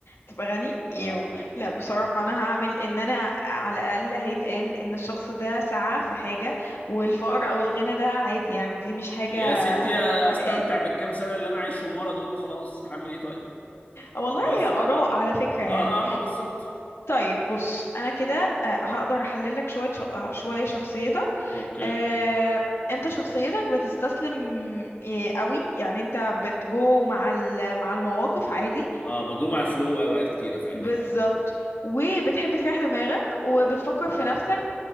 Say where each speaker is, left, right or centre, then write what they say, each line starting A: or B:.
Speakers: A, on the left (about 85°); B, on the left (about 35°).
A: تبقى غني ايوه
B: اه أمم.
A: لا بصراحة انا هعمل ان انا على الاقل هيتقال ان الشخص ده سعى في حاجة والفقر او الغنى ده عادي يعني دي مش حاجة
B: يا ستي
A: فرقالي
B: استمتع بالكام سنه اللي انا عايشهم ورا دول وخلاص هعمل ايه طيب
A: آه والله
B: بس
A: هي اراء على فكرة يعني
B: اه اه ما بالظبط
A: طيب بص انا كده آه، هقدر احلل لك شوية ش- آه، شوية شخصيتك
B: اوكي
A: آه، انت شخصيتك بتستسلم آه، قوي يعني انت بتجو مع ال- مع المواقف عادي
B: اه بجوم على الفلو اوقات كتيره فعلا
A: وبالظبط
B: دي حقيقه
A: وبتحب تريح دماغك وبتفكر في نفسك